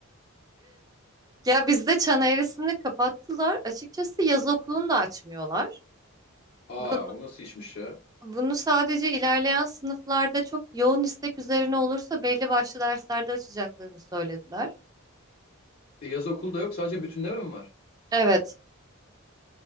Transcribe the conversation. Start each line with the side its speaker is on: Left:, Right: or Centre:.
Right: Ya bizde çan eğrisini kapattılar. Açıkçası yaz okulunu da açmıyorlar.
Left: Aa
Right: Bunu
Left: o nasıl işmiş ya?
Right: Bunu sadece ilerleyen sınıflarda çok yoğun istek üzerine olursa belli başlı derslerde açacaklarını söylediler.
Left: E, yaz okulda yok sadece bütünleme mi var?
Right: Evet.